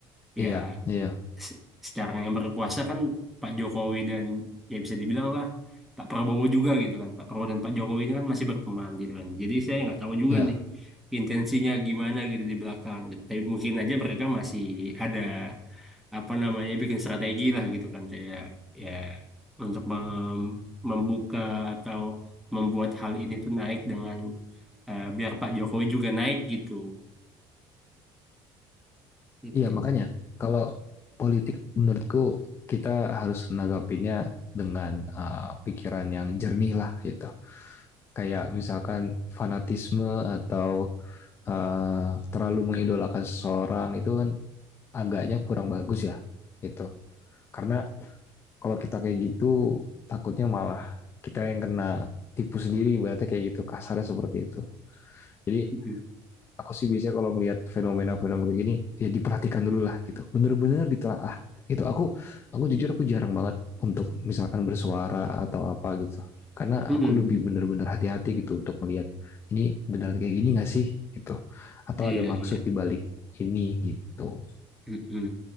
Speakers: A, in the centre; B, on the left.
A: ya
B: Iya, iya.
A: se- sekarang yang berkuasa kan Pak Jokowi dan ya bisa dibilang lah Pak Prabowo juga gitu kan. Pak Prabowo dan Pak Jokowi ini kan masih berteman gitu kan. Jadi saya nggak tahu juga
B: Ya,
A: nih intensinya gimana gitu di belakang. Tapi mungkin aja mereka masih ada apa namanya bikin strategi lah gitu kan kayak ya untuk mem- membuka atau membuat hal ini tuh naik dengan eh, biar Pak Jokowi juga naik gitu gitu
B: Iya makanya kalau politik menurutku kita harus menanggapinya dengan uh, pikiran yang jernih lah gitu. Kayak misalkan fanatisme atau uh, terlalu mengidolakan seseorang itu kan agaknya kurang bagus ya gitu. Karena kalau kita kayak gitu takutnya malah kita yang kena tipu sendiri berarti kayak gitu kasarnya seperti itu. Jadi
A: Mm-mm.
B: aku sih biasanya kalau melihat fenomena-fenomena kayak gini ya diperhatikan dulu lah gitu bener-bener ditelaah gitu aku aku jujur aku jarang banget untuk misalkan bersuara atau apa gitu karena
A: Mm-mm,
B: aku
A: mm-mm.
B: lebih bener-bener hati-hati gitu untuk melihat ini beneran kayak gini gak sih gitu atau
A: iya
B: ada maksud
A: iya
B: dibalik ini gitu
A: Mm-mm.